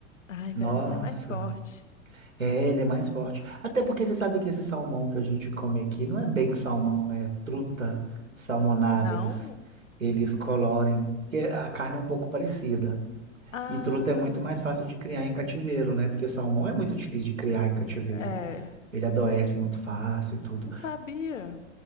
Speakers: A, on the left; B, on the right.
A: Ai,
B: Nossa.
A: parece até mais forte.
B: É, ele é mais forte. Até porque você sabe que esse salmão que a gente come aqui não é bem salmão, né? É truta salmonada,
A: Não?
B: eles eles colorem, porque a carne é um pouco parecida.
A: Ah,
B: E truta é muito mais fácil de criar em cativeiro, né? Porque salmão é muito difícil de criar em cativeiro.
A: é.
B: Ele adoece muito fácil e tudo.
A: Não sabia.